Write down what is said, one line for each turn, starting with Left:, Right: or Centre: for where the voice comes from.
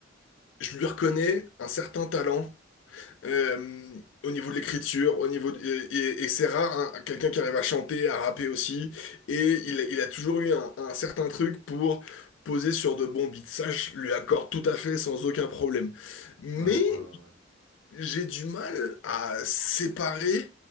Left: je lui reconnais un certain talent Euh, au niveau de l'écriture, au niveau de- et, et- et c'est rare, hein, quelqu'un qui arrive à chanter, à rapper aussi, et il, il a toujours eu un, un certain truc pour poser sur de bons beats. Ça, je lui accorde tout à fait sans aucun problème. Mais
Right: Ouais, ouais, ouais. ouais.
Left: j'ai du mal à séparer